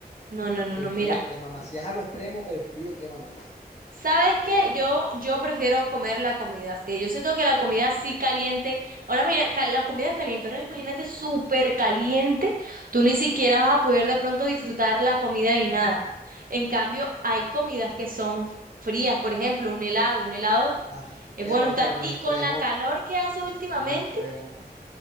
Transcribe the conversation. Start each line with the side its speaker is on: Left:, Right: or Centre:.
Right: No, no, no,
Left: El
Right: no, mira.
Left: frío quema más. Si es a lo extremo, el frío quema más.
Right: ¿Sabes qué? Yo, yo prefiero comer la comida fría. Yo siento que la comida sí caliente, ahora mira, ca- la comida caliente, ahora imagínate súper caliente, tú ni siquiera vas a poder de pronto disfrutar la comida y nada. En cambio, hay comidas que son frías, por ejemplo, un helado, un helado
Left: Ah,
Right: es
Left: pero,
Right: bueno estar.
Left: pero no
Right: Y
Left: es extremo,
Right: con la calor que hace últimamente,
Left: no es extremo.